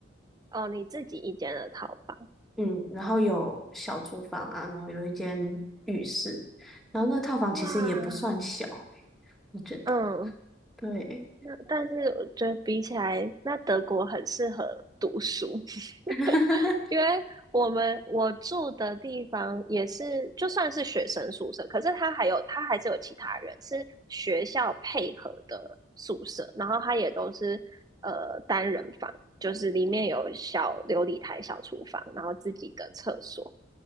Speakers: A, on the right; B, in the centre.
A: 哦，你自己一间的套房，
B: 嗯，然后有小厨房啊，然后有一间浴室，然后那个套房其实也不算小，
A: 哇！
B: 我觉得，
A: 嗯，
B: 对。
A: 那但是我觉得比起来，那德国很适合读书，
B: <laughs>
A: <laughs> 因为我们我住的地方也是，就算是学生宿舍，可是他还有他还是有其他人是学校配合的宿舍，然后他也都是呃单人房，就是里面有小琉璃台、小厨房，然后自己的厕所。